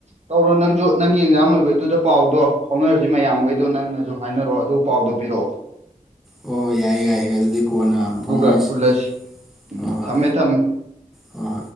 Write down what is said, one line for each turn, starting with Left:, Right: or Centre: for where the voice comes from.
Right: ꯇꯧꯔꯣ ꯅꯪꯁꯨ ꯅꯪ ꯌꯦꯟꯖꯝ ꯂꯣꯏꯕꯩꯗꯨꯗ ꯄꯥꯎꯗꯣ ꯐꯥꯎꯅꯔꯁꯤ ꯃꯌꯥꯝꯈꯩꯗꯣ ꯅꯪꯅꯁꯨ ꯍꯥꯏꯅꯔꯛꯑꯣ ꯑꯗꯨꯒ ꯄꯥꯎꯗꯣ ꯄꯤꯔꯛꯑꯣ꯫
Centre: ꯑꯣ ꯌꯥꯏꯌꯦ ꯌꯥꯏꯌꯦ ꯑꯗꯨꯗꯤ ꯀꯣꯟꯅ ꯑꯃꯨ
Right: ꯑꯗꯨꯒ
Centre: ꯐꯥꯎꯅꯔꯁꯤ
Right: ꯄꯨꯜꯂꯁꯤ ꯎꯝ
Centre: ꯍꯣꯏ ꯍꯣꯏ
Right: ꯊꯝꯃꯦ ꯊꯝꯃꯦ
Centre: ꯍꯣꯏ ꯍꯣꯏ